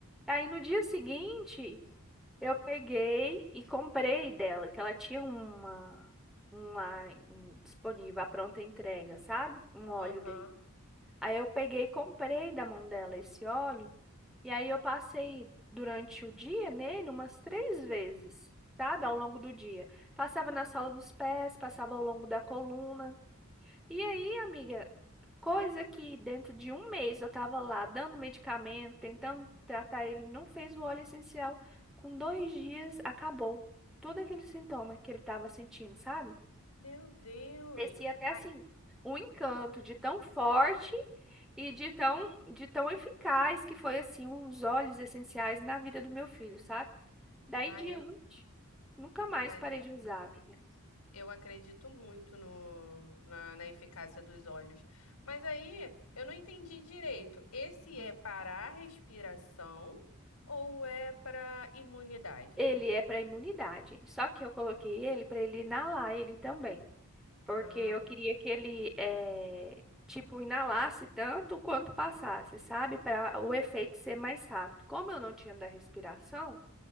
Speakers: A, in the centre; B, on the left.
A: Aí no dia seguinte, eu peguei e comprei dela, que ela tinha uma, um lá em- disponível, a pronta entrega, sabe? Um óleo
B: Aham.
A: dele. Aí eu peguei e comprei da mão dela esse óleo. E aí eu passei durante o dia nele umas três vezes, sabe? Ao longo do dia. Passava na sola dos pés, passava ao longo da coluna. E aí, amiga, coisa que dentro de um mês eu tava lá dando medicamento, tentando tratar ele, não fez o óleo essencial. Com dois dias, acabou todo aquele sintoma que ele tava sentindo, sabe?
B: Meu Deus.
A: Parecia até assim,
B: Mas,
A: um encanto de tão forte e de tão, de tão eficaz que foi assim, os óleos essenciais na vida do meu filho, sabe? Daí
B: ah,
A: em diante,
B: eu,
A: nunca mais
B: mas
A: parei de usar,
B: eu
A: amiga.
B: Eu acredito muito no, na, na eficácia dos olhos. Mas aí eu não entendi direito. Esse
A: Hum.
B: é para a respiração ou é para imunidade?
A: Ele é para imunidade, só que eu coloquei ele para ele inalar ele também, porque
B: Ah,
A: eu queria que ele eh, tipo inalasse tanto quanto passasse, sabe? Para
B: sim.
A: o efeito ser mais rápido. Como eu não tinha da respiração,